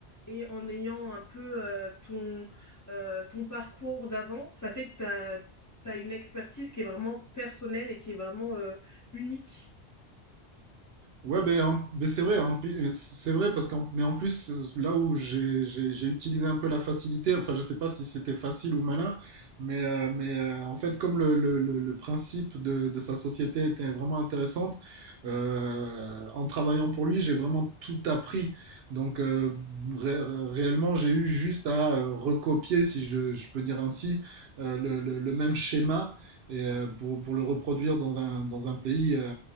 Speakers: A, on the left; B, on the right.
A: et en ayant un peu, heu, ton, heu, ton parcours d'avant, ça fait que t'as t'as une expertise qui est vraiment personnelle et qui est vraiment, heu, unique.
B: Ouais, ben, en- ben, c'est vrai, en pu- c'est vrai parce qu'en, mais en plus euh, là où j'ai j'ai j'ai utilisé un peu la facilité, enfin je sais pas si c'était facile ou malin, mais euh, mais euh, en fait comme le le le, le principe de de sa société était vraiment intéressante, euh, en travaillant pour lui j'ai vraiment tout appris, donc euh, ré- réellement j'ai eu juste à euh, recopier si je je peux dire ainsi euh, le, le le même schéma et euh, pour, pour, le reproduire dans un, dans un pays euh,